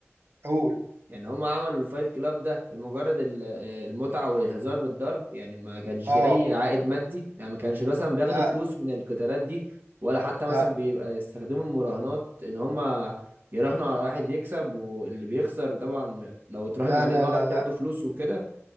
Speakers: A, on the right (about 65°); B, on the right (about 45°).
A: أقول
B: يعني هما عملوا الفايت كلاب ده لمجرد ال- المتعة والهزار بالضرب يعني ما كانش
A: آه
B: في أي عائد مادي يعني ما كانش مثلا بياخدوا
A: لا
B: فلوس من القتالات دي ولا حتى
A: لا
B: مثلا بيبقى يستخدموا المراهنات إن هما يراهنوا على واحد يكسب واللي بيخسر طبعا لو اتراهن
A: لا
B: عليه
A: لا
B: غلط
A: لا لا
B: ياخدوا فلوس وكده